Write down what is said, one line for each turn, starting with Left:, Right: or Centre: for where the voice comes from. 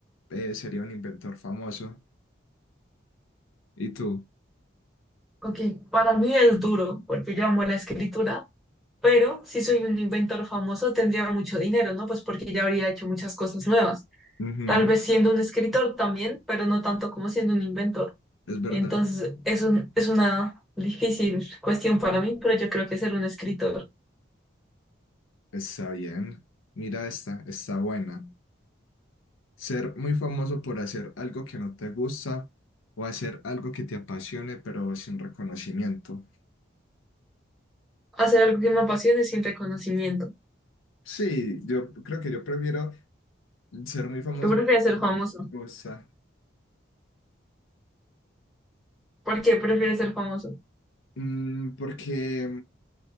Left: eh, sería un inventor famoso. ¿Y tú?
Centre: Ok, para mí es duro, porque yo amo la escritura Pero si soy un inventor famoso, tendría mucho dinero, ¿no? Pues porque ya habría hecho muchas cosas nuevas.
Left: Ujú,
Centre: Tal vez siendo un escritor también, pero no tanto como siendo un inventor.
Left: es verdad.
Centre: Entonces, es un- es una difícil cuestión para mí, pero yo creo que ser un escritor,
Left: Está bien. Mira esta, está buena. Ser muy famoso por hacer algo que no te gusta o hacer algo que te apasione, pero sin reconocimiento.
Centre: hacer algo que me apasione sin reconocimiento.
Left: Sí, yo creo que yo prefiero Ser muy famoso
Centre: Yo prefiero ser
Left: me
Centre: famoso.
Left: gusta.
Centre: ¿Por qué prefieres ser famoso?
Left: Mm, porque,